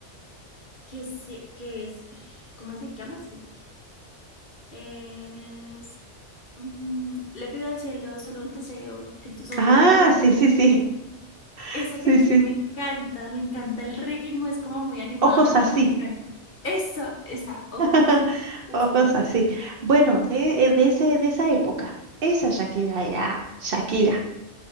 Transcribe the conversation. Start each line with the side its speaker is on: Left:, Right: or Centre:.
Left: que, se, que es, ¿cómo se llama? Se- Es, mm, le pido al cielo solo un deseo, que en tus ojos
Right: Ah,
Left: yo pueda
Right: sí,
Left: ver
Right: sí, sí, <laughs>
Left: Esa
Right: sí,
Left: canción
Right: sí.
Left: me encanta, me encanta el ritmo, es como muy animada,
Right: Ojos así,
Left: me encanta. Eso, esa, ojos
Right: <laughs>
Left: así, esa canción
Right: ojos
Left: me encanta.
Right: así. Bueno, de, eh, de ese, de esa época, esa Shakira era Shakira.